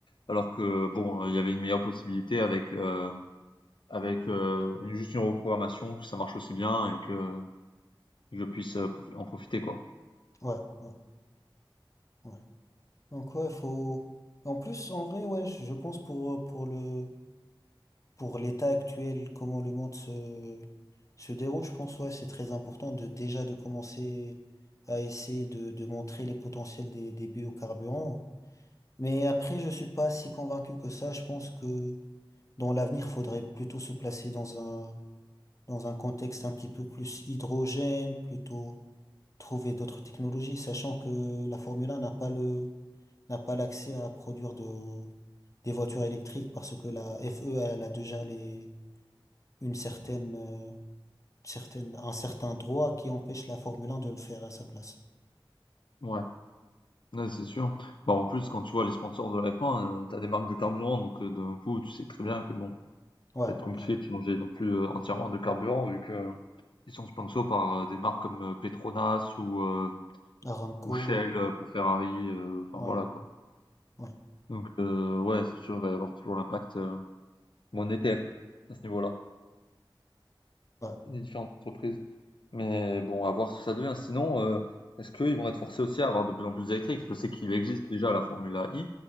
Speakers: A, on the left (about 65°); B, on the left (about 35°).
A: Alors que bon, euh, il y avait une meilleure possibilité avec euh, avec euh, une- juste une reprogrammation que ça marche aussi bien et que je puisse euh, profi- en profiter quoi.
B: ouais, ouais, ouais. Donc ouais, faut. En plus, en vrai, ouais, je je pense pour, pour le, pour l'état actuel, comment le monde se, se déroule, je pense, ouais, c'est très important de déjà de commencer à essayer de, de montrer les potentiels des, des biocarburants. Mais après, je suis pas si convaincu que ça. Je pense que dans l'avenir, faudrait plutôt se placer dans un, dans un contexte un petit peu plus hydrogène, plutôt trouver d'autres technologies, sachant que la Formule 1 n'a pas le, n'a pas l'accès à produire de, des voitures électriques parce que la FE, elle a déjà les, une certaine, euh, certaine, un certain droit qui empêche la Formule 1 de le faire à sa place.
A: Ouais. Ouais, c'est sûr. Bah, en plus, quand tu vois les sponsors de la F1, heu, tu as des marques de carburant, donc heu, d'un coup, tu sais très bien que bon,
B: Ouais,
A: ça va être compliqué
B: ouais.
A: de changer non plus, heu, entièrement de carburant vu que euh, ils sont sponsors par, heu, des marques comme, heu, Petronas ou, heu,
B: Aramco,
A: ou Shell, heu, pour Ferrari, heu, enfin
B: ouais,
A: voilà quoi.
B: ouais,
A: Donc heu, ouais, c'est sûr, il va y avoir toujours l'impact, heu, monétaire à ce niveau-là.
B: ouais.
A: les différentes entreprises. Mais bon, à voir ce que ça devient. Sinon, euh, est-ce qu'ils vont être forcés aussi à avoir de plus en plus d'électriques? Je sais qu'il existe déjà la Formule I,